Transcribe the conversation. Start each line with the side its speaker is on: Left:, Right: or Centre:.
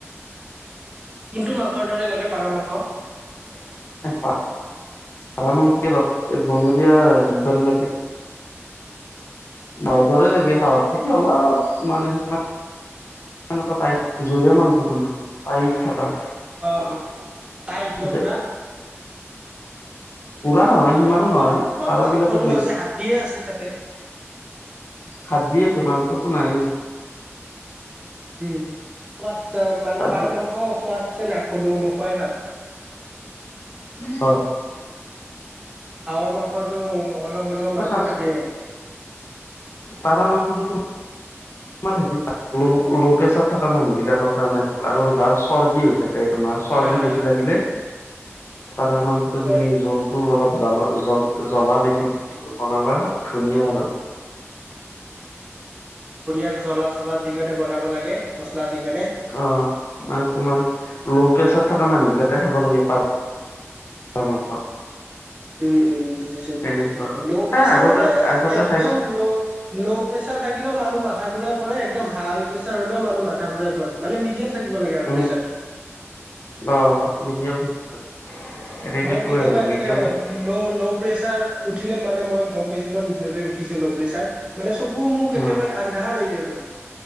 Right: কোনটো মাংসৰ দৰে লাগে পাৰ মাংস?
Left: <unintelligible> এই বনৰীয়া হেৰিৰ দৰে লাগে। বৰ দৰে লাগে হাঁহত থাকি অলপ মানে সিমান তাইত জৰিয়া মাংস তোমাৰ, তাইত থকা।
Right: অ অ অ তাইত ন
Left: থাকে
Right: পুৰা।
Left: পুৰা নহয়,
Right: পাৰ
Left: সিমানো
Right: মাংসৰ
Left: নহয়,
Right: আৰু ক'ত
Left: পাৰ
Right: মাংসনো
Left: বিলাকৰ বেছ
Right: আছে হাদ্দিয়ে আছে তাতে।
Left: হাদ্দি দ আছে মাংসটো নাই।
Right: উম সোৱাদ মানে
Left: তাত
Right: পাৰ মাংস সোৱাদ চে নাখ-নো-নখোৱাই ভাল।
Left: অ।
Right: হাঁহৰ মাংসটো অলপ হলেও মাংস
Left: খাইছো
Right: থাকে।
Left: পাৰ মাংসটো তম আমাৰ হেৰিত ল ল' প্ৰেচাৰ থকা মানুহ বিলাকৰ কাৰণে ভাল আৰু যাৰ চৰ্দি হৈ থাকে তোমাৰ
Right: হয়
Left: চৰ্দি
Right: হয়
Left: বেছি
Right: হয়।
Left: লাগিলে পাৰৰ মাংসটো
Right: হয়
Left: তুমি জলটো অলপ জ-জ-জ্বলা বেছি দি কি বনাবা ধুনীয়া আৰু।
Right: বঢ়িয়া জ্বলা-চলা দি কিনে বনাব লাগে মছলা দি কেনে।
Left: অ মানে তোমাৰ ল' প্ৰেছাৰ
Right: বঢ়িয়া
Left: থকা মানুহ
Right: লাগে।
Left: বিলাকে খাব লাগে পাৰ <unintelligible>
Right: উম উ বুজিছো বুজিছো।
Left: তেনেকুৱা আৰু
Right: ল' প্ৰেছাৰ
Left: এ আগতে
Right: মানে
Left: আগতে
Right: একদম
Left: খাইছো
Right: ল ল' প্ৰেছাৰ থাকিলে মানুহ মাথা ঘূৰাই পৰে, একমত হাই প্ৰেছাৰ হলেও মানুহ মাথা ঘূৰাই পৰে। মানে মিডিয়াম থাকিব লাগে আৰু
Left: উম
Right: প্ৰেচাৰটো।
Left: অ মিডিয়াম থাকিব লাগে তেনেকুৱাই
Right: মোৰ কেতিয়াবা
Left: আৰু
Right: এনেকে
Left: মিডিয়াম
Right: হয়
Left: থাকিব
Right: ল-ল' প্ৰেচাৰ উঠিলে মানে মই গম পাইছলো ন-নিজৰে উঠিছ যে ল প্ৰেচাৰ মানে চকু মোক
Left: অ
Right: একেবাৰে আন্ধাৰ হৈ যায় পুৰা।